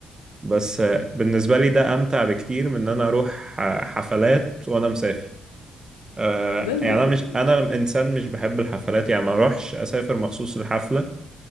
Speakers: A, on the right; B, on the left.
A: بس آه، بالنسبة لي ده أمتع بكتير من إن أنا أروح آه، حفلات وأنا مسافر آه،
B: زي المالديف
A: يعني أنا مش
B: بالظبط.
A: أنا إنسان مش بحب الحفلات يعني ما أروحش أسافر مخصوص لحفلة